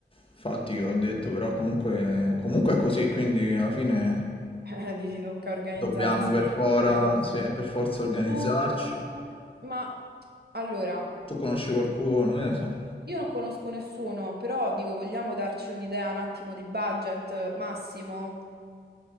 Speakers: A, on the left; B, on the right.
A: infatti io ho detto, però comunque, comunque è così, quindi alla fine
B: <laughs> Dici, tocca organizzarsi
A: dobbiamo per fora-
B: in altro modo.
A: sì, per forza organizzarci.
B: Eh, ma allora,
A: Tu conosci qualcuno, che ne so.
B: io non conosco nessuno, però dico, vogliamo darci un'idea un attimo di budget massimo?